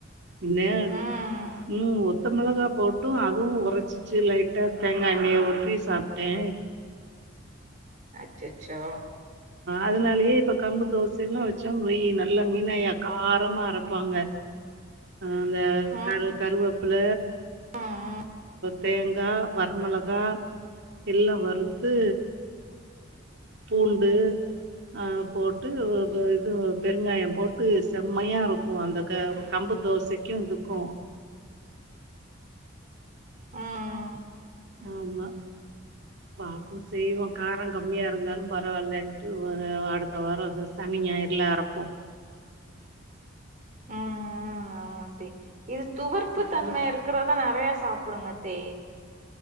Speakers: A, on the right (about 60°); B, on the right (about 40°).
A: என்ன
B: ம்.
A: உம் ஒத் வத்த மிளகா போட்டும் அதுவும் உரைச்சிச்சு லைட்டா தேங்காய எண்ணெய ஊத்தி சாப்பிட்டே
B: அச்சச்சோ
A: அதனாலயே இப்ப கம்பு தோசை எல்லாம் வச்சோனு வைய்யி நல்ல மீனாய காரமா அரைப்பாங்க அந்த
B: ம்.
A: கரு கருவப் பொல
B: ம்.
A: தேங்கா வரமிளகா எல்லா வறுத்து பூண்டு ஆஹ் போட்டு இது பெருங்காயம் போட்டு செம்மையா இருக்கும் அந்த கம்பு தோசைக்கும் இதுக்கும்
B: அஹ்
A: ஆமா பாப்போம் செய்வோம் காரம் கம்மியா இருந்தாலும் பரவால்லன்ட்டு ஒரு அடுத்த வாரம் சனிஞாயிரலா அரப்போம்
B: உம் உம் ஆ மாத்தி இது துவர்ப்பு
A: ம்
B: தன்ம இருக்குறதா நறைய சாப் புடுங்க தே